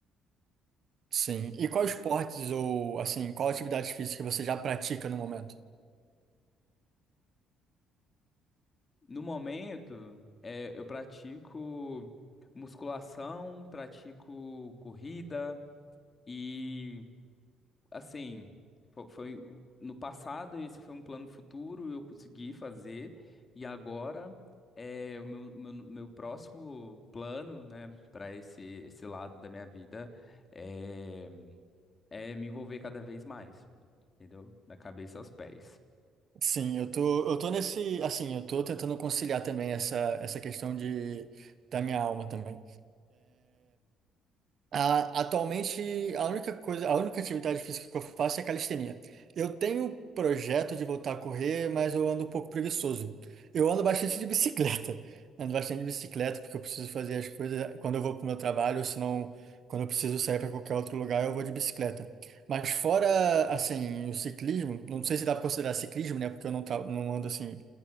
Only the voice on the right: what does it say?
Sim. E quais esportes ou assim, qual atividade física você já pratica no momento?
Sim, eu tô, eu tô nesse, assim, eu tô tentando conciliar também essa, essa questão de, da minha alma também. A- Atualmente, a única coisa, a única atividade física que eu faço é calistenia. Eu tenho projeto de voltar a correr, mas eu ando um pouco preguiçoso. Eu ando bastante de bicicleta. <laughs> Ando bastante de bicicleta porque eu preciso fazer as coisas quando eu vou para o meu trabalho, ou senão quando eu preciso sair para qualquer outro lugar, eu vou de bicicleta. Mas fora, assim, o ciclismo, não sei se dá para considerar ciclismo, né? Porque eu não, tra- não ando assim